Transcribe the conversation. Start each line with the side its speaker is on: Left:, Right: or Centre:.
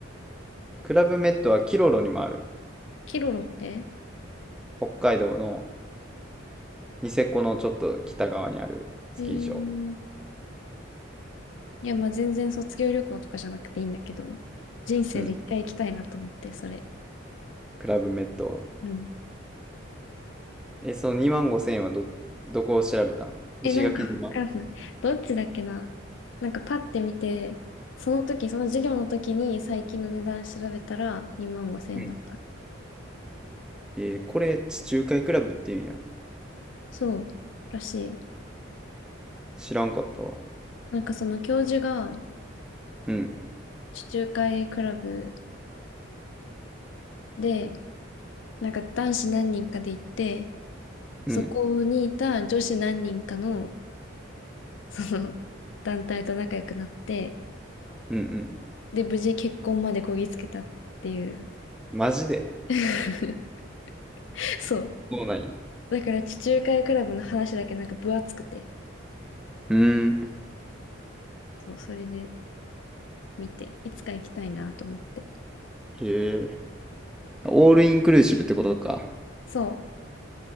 Centre: クラブメットはキロロにもある。
Left: キロロって
Centre: 北海道のニセコのちょっと北側にあるスキー場。
Left: へえ。いや、まあ全然卒業旅行とかじゃなくていいんだけど、人生で一回行きたいなと思って、
Centre: うん。
Left: それ。
Centre: クラブメット。
Left: うん。
Centre: え、その2万5千円はど、どこを調べたん石垣島。
Left: え、なんかわかんない。どっちだっけな。なんかパッて見て、その時、その授業の時に最近の値段調べたら2万5千円だった。
Centre: うんえーこれ、地中海クラブって言うんや。
Left: そう、らしい。
Centre: 知らんかったわ。
Left: なんかその教授が
Centre: うん。
Left: 地中海クラブで、なんか男子何人かで行って、
Centre: うん。
Left: そこにいた女子何人かの、その <laughs> 団体と仲良くなって、
Centre: うんうん。
Left: で、無事結婚までこぎつけたっていう。
Centre: マジで。
Left: <laughs> そう。
Centre: そうなんや。
Left: だから地中海クラブの話だけなんか分厚くて、
Centre: うーん。
Left: そう、それで見て、いつか行きたいなと思って。
Centre: へえ。オールインクルーシブってことか。
Left: そ